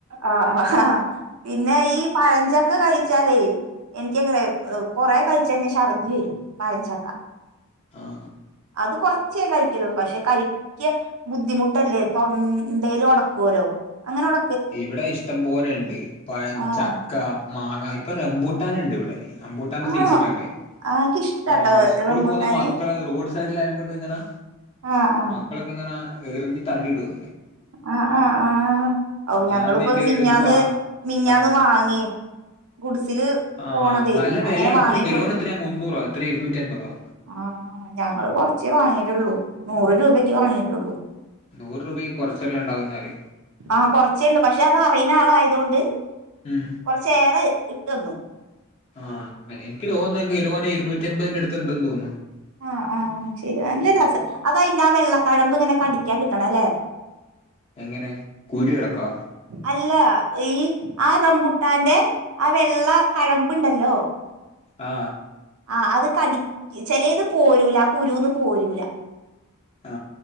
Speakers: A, on the right (about 80°); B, on the left (about 25°).
A: ആഹ് ആഹ് പിന്നെ ഈ പഴഞ്ചക്ക കഴി ന്താച്ചാലേ എനിക്കങ്ങനെ ഏഹ് കൊറെ കഴിച്ച ഛർദ്ദി വരും പഴഞ്ചക്ക
B: ആഹ്
A: അത് കൊറച്ചേ കഴിക്കലൊള്ളൂ പക്ഷെ കഴിക്ക ബുദ്ധിമുട്ടല്ലേ തൊണ്ടേലൊടക്കല്ലോ അങ്ങനൊട
B: ഇവിടെയിഷ്ടംപോലെയുണ്ട്, പഴംചക്ക,
A: ആഹ്
B: മാങ്ങ ഇപ്പൊറംമ്പൂട്ടാനുണ്ടിവിടെ റംമ്പൂട്ടാന്റെ സീസണല്ലേ
A: ആണോ ആ എനിക്കിഷ്ടാട്ടോ
B: ആ സ്കൂളിൽ
A: റംബൂട്ടാന്
B: പോകുന്നമക്കള് റോഡുസൈഡിലേ ഇവിടെയിങ്ങനെ
A: ആഹ് ആഹ്
B: മക്കളൊക്കെയിങ്ങനെ എറിഞ്ഞു തള്ളിയിടും
A: ആ ആ ആ ഔ ഞങ്ങളിപ്പോ
B: ഞാൻ എന്നിട്ട്
A: മിഞ്ഞാന്ന്
B: ഒരു ബാ
A: മിഞ്ഞാന്നു
B: ആ
A: വാങ്ങി ഗുഡ്സില്
B: ആ
A: പോണതേ
B: നല്ല വിലയാണ്
A: അങ്ങനെ വാങ്ങികൊ
B: എത്ര കിലോന് എത്രയാ മുന്നൂറോ എത്ര ഇരുന്നൂറ്റി അൻപതോ
A: ആ ഞങ്ങളുകൊറച്ചേ വാങ്ങിയിട്ടുള്ളൂ, നൂറു രൂപക്കേവാങ്ങിയിട്ടൊള്ളു
B: നൂറ് രൂപക്ക് കൊറച്ചല്ലേ ഉണ്ടാവുയെന്നാല്
A: ആഹ്, കൊറച്ചേയുണ്ട് പക്ഷെ അതറിയുന്നയാളായതുകൊണ്ട്
B: ഉം
A: കൊറച്ചേറെ ഇട്ടു തന്നു.
B: ആ അങ്ങനെ എനിക്കുതോന്നുന്നത് കിലോയിന് ഇരുന്നൂറ്റിയൻമ്പതിന്റെ അടുത്തുണ്ടെന്ന് തോന്നുന്നു
A: അ ആ ശെരി നല്ല രസ അതയ് പിന്നെ ആ വെള്ളക്കഴമ്പ് ങ്ങനെ കടിക്കാൻ കിട്ടണം ല്ലേ
B: എങ്ങനെ കുരു അടക്കാ
A: അല്ല ഈ ആ റംബൂട്ടാന്റെ ആ വെള്ള കഴമ്പ മ്പ്ണ്ടല്ലോ
B: ആ
A: ആ അത് കടി ചെലെത് പോരൂല ആ കുരുന്ന് പോരൂല
B: ആ